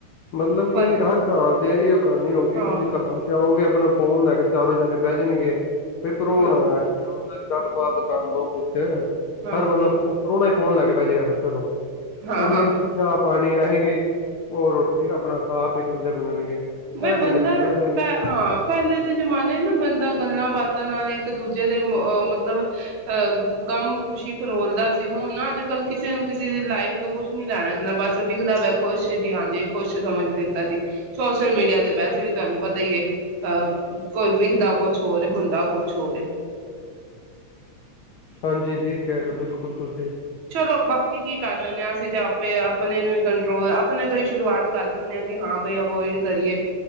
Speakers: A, on the left; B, on the right.
A: ਮਤਲਬ ਕਿ
B: ਪਰ
A: ਹਰ ਕਰ ਦੇ ਇਹ ਉਹ ਕਹਾਣ <unintelligible> ਹੋਗੀ
B: ਹਾਂ
A: ਤੁਸੀਂ ਕਰ ਜਾਓਗੇ ਆਪਣਾ ਫੋਨ ਲੈ ਕੇ ਚਾਰੋ ਜਣੇ ਬੇਜਣਗੇ ਫ ਭਰੋਣਾ
B: ਹਮ
A: ਆ ਉਹਨਾਂ ਦੀ ਗੱਲ ਬੰਦ ਕਰ ਲੋ ਕੁੱਛ
B: ਹਾਂਜੀ
A: ਹਰ ਬੰਦਾ ਓਪਰੋ ਫੋਨ ਲੈਕੇ ਬੈਜੇਗਾ ਫਿਰ ਚਲੋ
B: ਹਾਂ
A: ਏੰਨੇ
B: ਹਾਂ ਹਾਂ
A: ਚੀਜਾ ਪਾਨੀ ਆ ਓ ਰੋਟੀ ਅਪਨਾ ਖਾ ਪੀ ਚਲਦੇ ਬਣਨਗੇ। ਇਹ
B: ਬਈ ਬੰਦਾ
A: ਤੇ ਜ਼ਮਾਨਾ ਰਹਿ
B: ਪੈ,
A: ਗਿਆ
B: ਹਾਂ, ਪੈਲੇ ਦੇ ਜਮਾਨੇ ਨਾ ਬੰਦਾ ਗੱਲਾਂ ਬਾ ਤਾ ਨਾਲ ਇੱਕ ਦੂਜੇ ਦੇ ਮਆ ਮਤਲਬ ਅਹ ਗਮ ਖੁਸ਼ੀ ਫਰੋਲਦਾ ਸੀ ਹੁਨ ਅਜ ਕਿਸੇ ਨੂੰ ਕਿਸੇ ਦੀ ਲਾਈਫ ਕੁਛ ਨੀ ਲੈਣਾ-ਦੇਨਾ ਬਸ ਵਿਖਦਾ ਪਿਆ ਖੁਸ਼ ਏ ਜੀ, ਹਾਂਜੀ ਖੁਸ਼ ਸਮਝ ਲਿੱਤਾ ਜੀ, ਸੋ ਚਲ ਮੀਡੀਆ ਤੇ ਵੈਸੇ ਵੀ ਤੁਆਨੂੰ ਪਤਾ ਈ ਏ, ਅਹ ਕੋ ਵੀਖਦਾ ਕੁਛ ਹੋਰ ਏ, ਹੁੰਦਾ ਕੁਛ ਹੋਰ ਏ।
A: ਹਾਂਜੀ, ਠੀ ਕੈਰੇ ਓ ਬਿਲਕੁਲ ਤੁਸੀਂ।
B: ਚਲੋ ਬਾਕੀ ਕੀ ਕਰ ਸਕਨੇ ਆ ਅਸੀਂ ਤੇ ਆਪ ਪੇ ਆਪਣੇ ਨੂੰ ਈ ਕੰਟਰੋਲ ਅਪ ਅਪਨੇ ਤੋਂ ਹੀ ਸ਼ੁਰੂਆਤ ਕਰ ਸਕਨੇ ਆ ਹਾਂ ਬਈ ਅਵੋਇਡ ਕਰੀਏ,